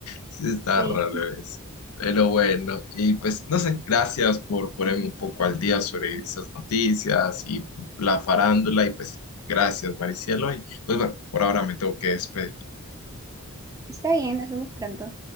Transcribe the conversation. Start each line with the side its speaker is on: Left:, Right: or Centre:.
Left: Sí, está
Right: Sí,
Left: raro eso. Pero bueno, y pues no sé, gracias por ponerme un poco al día sobre esas noticias y la farándula. Y pues gracias, Maricielo. Y pues bueno, por ahora me tengo que despedir.
Right: está bien, nos vemos pronto.